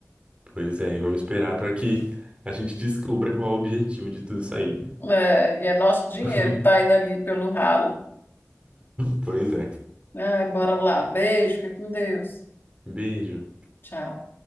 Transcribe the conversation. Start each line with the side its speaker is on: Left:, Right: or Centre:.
Right: Pois é, e vamos esperar para que a gente descubra qual é o objetivo de tudo isso aí.
Left: É, e é nosso dinheiro
Right: <laughs>
Left: que está indo ali pelo ralo.
Right: Pois é.
Left: Ai, bora lá. Beijo, fica com Deus.
Right: Beijo.
Left: Tchau.